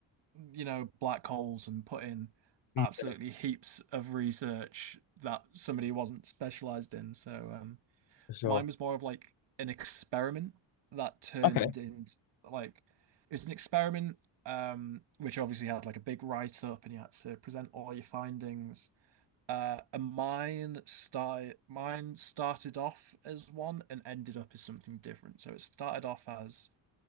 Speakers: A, on the right; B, on the left.
A: you know, black holes and put in
B: Mm.
A: absolutely heaps of research that somebody wasn't specialized in. So, um,
B: for sure.
A: mine was more of like an experiment that turned
B: Okay,
A: into like it was an experiment, um, which obviously had like a big write up and you had to present all your findings. Uh, and mine start mine started off as one and ended up as something different. So it started off as